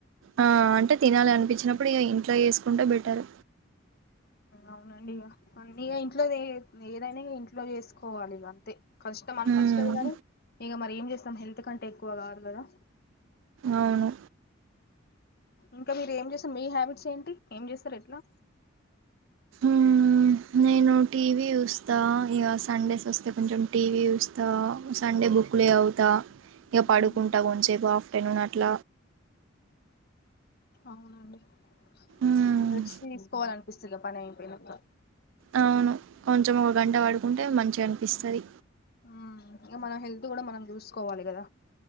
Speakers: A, on the right; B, on the left.
A: ఆ అంటే తినాలి అనిపించినప్పుడు ఇక ఇంట్ లో వేసుకుంటే బెటర్
B: అవునండి ఇక ఇంట్లో ఏదైనా ఇంట్లో చేసుకోవాలి ఇక అంతే కష్టం అనిపిస్తది
A: ఉమ్
B: గాని ఇక మరి ఏం చేస్త మం హెల్త్ కంటే ఎక్కువ కాదు కదా
A: అవును
B: ఇంకా మీరు ఏం చేస్తారు మీ హ్యాబిట్స్ ఏంటి ఏం చేస్తారు ఎట్లా
A: ఉమ్ నేను టీవీ చూస్తా ఇక సండేస్ వస్తే కొంచెం టీవీ చూస్ త సండే బుక్లే చవుత ఇగ
B: ఉమ్,
A: పడుకుం టా కొంచేబఫ్ పెను నట్ల
B: అవునండి
A: ఉమ్
B: కొంచమ్ రెస్ట్ తీసుకోవల న్ పిస్తుగా పని అయిపోయినంత
A: అవును కొంచమ్ ఒక గంట వాడు కుంటే మంచిగా అనిపిస్తది
B: ఉమ్ ఇక మన హెల్త్ కూడా మనం చూసుకోవాలి కదా